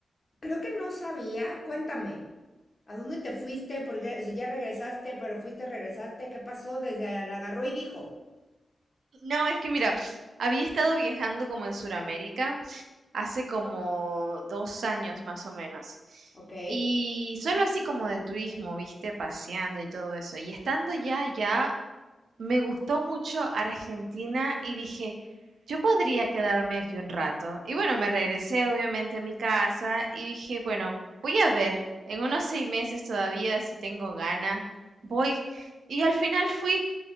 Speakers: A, on the left (about 35°); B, on the right (about 85°).
A: Creo que no sabía, cuéntame, ¿a dónde te fuiste? Porque, o ya regresaste, pero fuiste, regresaste, ¿qué pasó? Desde la agarró y dijo.
B: No, es que mira, había estado viajando como en Sudamérica hace como dos años más o menos.
A: Ok.
B: Y solo así como de turismo, viste, paseando y todo eso. Y estando ya allá, Me gustó mucho Argentina y dije, yo podría quedarme aquí un rato. Y bueno, me regresé obviamente a mi casa y dije, bueno, voy a ver, en unos seis meses todavía, si tengo ganas, voy. Y al final fui